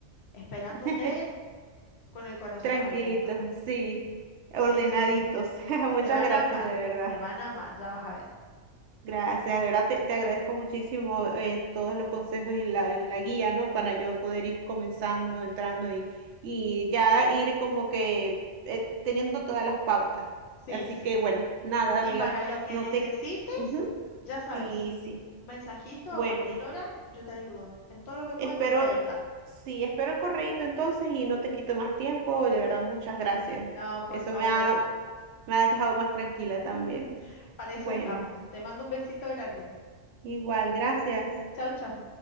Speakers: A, on the left; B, on the right.
A: esperándote
B: <laughs>
A: con el corazón
B: Tranquilitos,
A: abierto.
B: sí, ordenaditos.
A: Sí, sí, sí.
B: <laughs> Muchas
A: Te van
B: gracias,
A: a amar,
B: de verdad.
A: te van a amar, ya vas a ver.
B: Gracias, de verdad te, te agradezco muchísimo eh, todos los consejos y la, la guía, ¿no? Para yo poder ir comenzando, entrando y, y ya ir como que eh, teniendo todas las pautas.
A: Sí,
B: Así
A: sí.
B: que bueno, nada,
A: Y
B: amiga,
A: para lo que
B: no
A: necesites,
B: te... Ujú,
A: ya sabes,
B: Sí, sí.
A: un mensajito
B: Bueno,
A: a cualquier hora, yo te ayudo. En todo lo que
B: espero,
A: pueda, yo te voy a ayudar.
B: sí, espero el correíto entonces y no te quito más tiempo. De verdad, muchas gracias.
A: No, por
B: Eso
A: favor.
B: me ha Me ha dejado más tranquila también.
A: <laughs> Para eso
B: Bueno,
A: estamos. Te mando un besito grande.
B: igual, gracias.
A: Chau, chau.